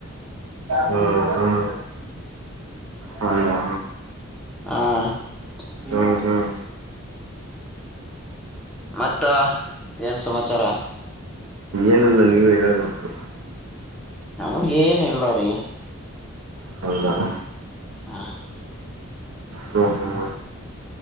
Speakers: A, on the right; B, in the centre.
A: ಹ್ಮ್ ಹ್ಮ್
B: ಹ
A: ಹೌದಾ
B: ಹಾ ಇ
A: ಹ್ಮ್ ಹ್ಮ್
B: ಮತ್ತ ಏನ್ ಸಮಾಚಾರ
A: ಏನಲ್ಲ ನೀವೇ ಹೇಳ್ಬೇಕು
B: ನಮ್ಮ ಏನಿಲ್ಲ ರೀ
A: ಹೌದಾ ಹ
B: ಹ
A: ಹ ಹ್ಮ